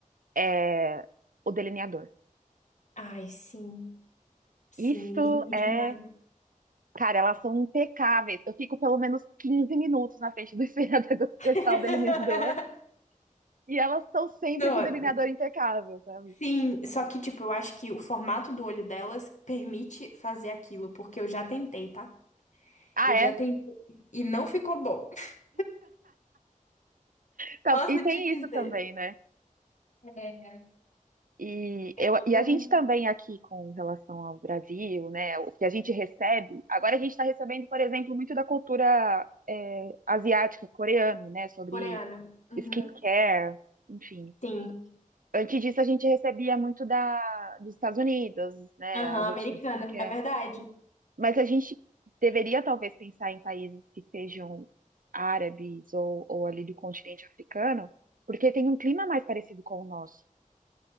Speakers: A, on the right (about 75°); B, on the left (about 60°).
A: é o delineador.
B: Ai, sim, sim,
A: Isso
B: lindo
A: é
B: demais.
A: Cara, elas são impecáveis. Eu fico pelo menos 15 minutos na frente do <laughs> espelhador do
B: <laughs>
A: digital delineador. E elas estão sempre
B: Não,
A: com o delineador impecável, sabe?
B: sim, só que, tipo, eu acho que o formato do olho delas permite fazer aquilo, porque eu já tentei, tá?
A: Ah,
B: Eu
A: é?
B: já tentei e não ficou bom. <laughs>
A: Então,
B: Posso
A: e tem
B: te dizer.
A: isso também, né?
B: É.
A: E, eu,
B: É tudo
A: e a gente
B: um-
A: também aqui com relação ao Brasil, né? O que a gente recebe. Agora a gente está recebendo, por exemplo, muito da cultura é, asiática, coreana, né? Sobre
B: coreana. Uhum.
A: skincare, enfim.
B: Sim.
A: Antes disso, a gente recebia muito da, dos Estados Unidos, né?
B: Aham,
A: A rotina
B: americana.
A: de skincare.
B: É verdade.
A: Mas a gente deveria talvez pensar em países que sejam árabes ou, ou ali do continente africano, porque tem um clima mais parecido com o nosso.